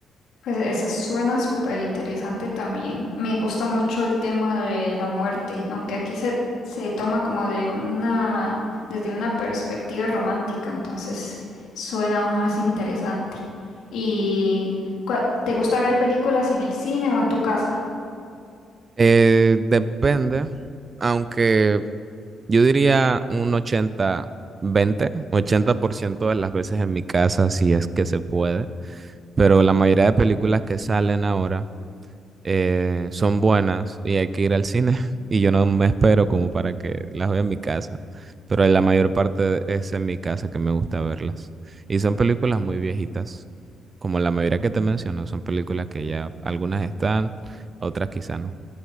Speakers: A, on the left; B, on the right.
A: Pues eso suena súper interesante también. Me gusta mucho el tema de la muerte, aunque aquí se, se toma como de una, desde una perspectiva romántica, entonces suena aún más interesante. ¿Y cuál- te gusta ver películas en el cine o en tu casa?
B: Eh, depende, aunque yo diría un ochenta veinte ochenta por ciento de las veces en mi casa, si es que se puede, pero la mayoría de películas que salen ahora eh, son buenas y hay que ir al cine <laughs> y yo no me espero como para que las vea en mi casa, pero la mayor parte es en mi casa que me gusta verlas. Y son películas muy viejitas, como la mayoría que te menciono, son películas que ya algunas están, otras quizá no.